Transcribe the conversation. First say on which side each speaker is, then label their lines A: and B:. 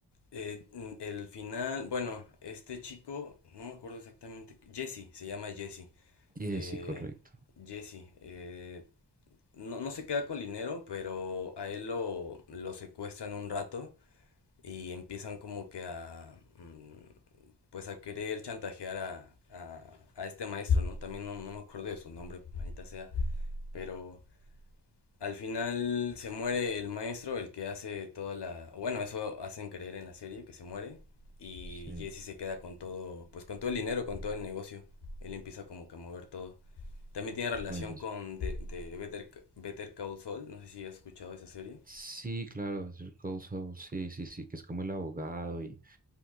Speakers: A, on the left; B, on the right.
A: Eh, n- el final, bueno, este chico, no me acuerdo exactamente, Jesse, se llama Jesse.
B: Sí,
A: Eh,
B: sí, correcto.
A: Jesse, eh, no, no se queda con el dinero, pero a él lo, lo secuestran un rato y empiezan como que a, mm, pues a querer chantajear a, a, a este maestro, ¿no? También no, no me acuerdo de su nombre, manita sea, pero al final se muere el maestro, el que hace toda la... Bueno, eso hacen creer en la serie, que se muere. Y
B: Sí,
A: Jesse se queda con todo, pues con todo el dinero, con todo el negocio. Él empieza como que a mover todo. También tiene relación
B: bueno.
A: con de, de Better, Better Call Saul, no sé si has escuchado esa serie.
B: Sí, claro, es el Cold Soul, sí, sí, sí, que es como el abogado y,